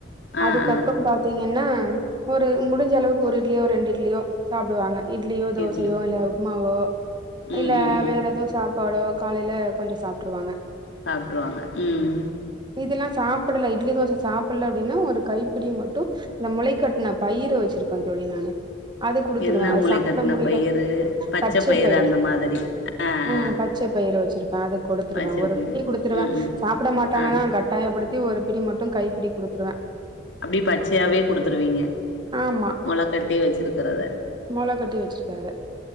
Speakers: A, on the left; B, on the right.
A: ஆ
B: அதுக்கப்புறோ
A: ஆ
B: த்தீங்கனா ஒரு முடிஞ்ச அளவுக்கு ஒரு இட்லியோ ரெண்டு இட்லியோ சாப்புடுவாங்க இட்லியோ தோசையோ
A: இட்லி
B: இல்ல உப்மாவோ
A: ம்
B: இல்ல
A: ம் ம்
B: வேற எதுவு சாப் ப்பாடோ காலையில கொஞ்சோ சாப்ட்ருவாங்க
A: சாப்ட்ருவாங்க உம்
B: இதுல்லா சாப்பிடல இட்லி தோச சாப்பாடல அப்டின்னா ஒரு கைப்பிடி மட் ட்டு இந்த முளைக்கட்டுனா பயிர வச்சிருப்பேன் தோழி நானு அது குடுத்துருவே
A: என்ன
B: அது
A: முளை
B: சாப்புட
A: கட்டின
B: முடியல
A: பயிறு பச்ச
B: பச்சை
A: பயிறு
B: பயுரு
A: அந்த மாதிரி ஆ
B: ஆஹ்
A: ஆ
B: பச்சை பயிரு வெச்சிரு அத குடுத்துருவே
A: வச்சிருப்பீங்க
B: ஒரு பிடி குடுத்துருவே
A: ம் ம்
B: சாப்புட மாட்டாங்கதா
A: ஆ
B: கட்டாயப்படுத்தி ஒரு பிடி மட்டு கைப்பிடி குடுத்துருவே
A: அப்டி ப ச்சயாவே குடுத்துருவீங்க
B: ஆமா
A: மொளக்கட்டி வெச்சிருக்கறத
B: மொள கட்டி வச்சிருக்கறத